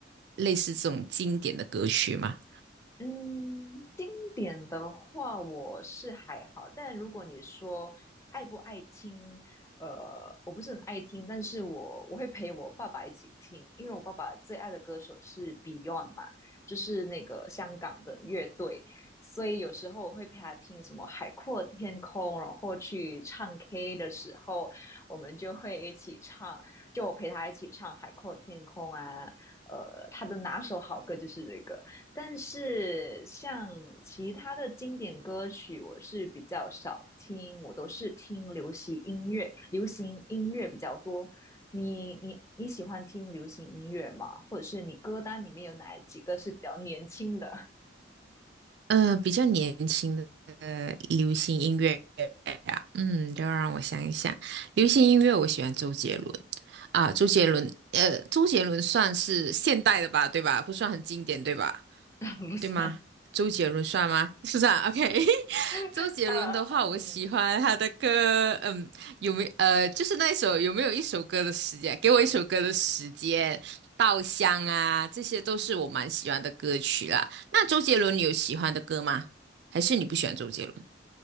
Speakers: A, on the right (about 60°); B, on the left (about 15°).
A: 类似这种经典的歌曲吗？
B: 嗯，经典的话我是还好，但如果你说爱不爱听，呃，我不是很爱听，但是我我会陪我爸爸一起听，因为我爸爸最爱的歌手是 Beyond 嘛，就是那个香港的乐队，所以有时候我会陪他听什么《海阔天空》，然后去唱 K 的时候，我们就会一起唱，就我陪他一起唱《海阔天空》啊，呃，他的拿手好歌就是这个。但是像其他的经典歌曲，我是比较少听，我都是听流行音乐，流行音乐比较多。你你你喜欢听流行音乐吗？或者是你歌单里面有哪几个是比较年轻的？
A: 嗯、比较年轻的呃流行音乐呀，嗯，就让我想一想，流行音乐我喜欢周杰伦啊，周杰伦，呃，周杰伦算是现代的吧，对吧？不算很经典，对吧？
B: <laughs> 不算。
A: 对吗？周杰伦算吗？<laughs> 是不是啊？OK，<laughs>
B: <laughs>
A: 周杰伦的话，
B: 呃，
A: 我喜欢他的歌，
B: 嗯，
A: 嗯，有没呃，就是那一首有没有一首歌的时间？给我一首歌的时间，《稻香》啊，这些都是我蛮喜欢的歌曲啦。那周杰伦，你有喜欢的歌吗？还是你不喜欢周杰伦？